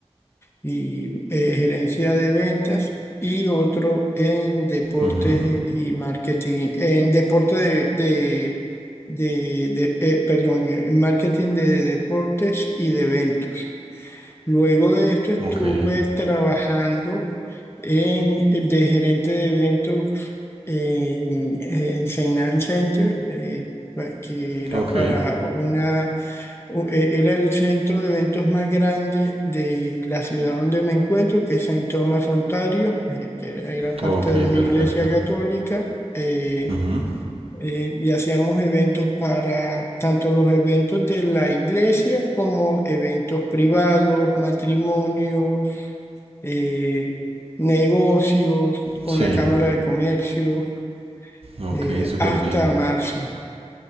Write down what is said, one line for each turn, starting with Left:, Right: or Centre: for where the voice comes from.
Left: y eh, gerencia de ventas y otro en deportes
Right: ujú,
Left: y marketing, en deporte de, de, de- de- eh, perdón, en marketing de deportes y de eventos. Luego de esto estuve
Right: ok,
Left: trabajando en, de gerente de eventos en, en Saint Ann Center, eh, que era
Right: ok,
Left: para una u- e- Era el centro de eventos más grande de la ciudad donde me encuentro, que es Saint Thomas, Ontario, eh, que era era parte
Right: ok,
Left: de una
Right: perfecto.
Left: iglesia católica. eh,
Right: ujú,
Left: eh, y hacíamos eventos para tanto los eventos de la iglesia como eventos privados, matrimonios, eh, negocios con
Right: Sí,
Left: la Cámara de Comercio,
Right: ok,
Left: eh,
Right: súper
Left: hasta
Right: bien.
Left: marzo.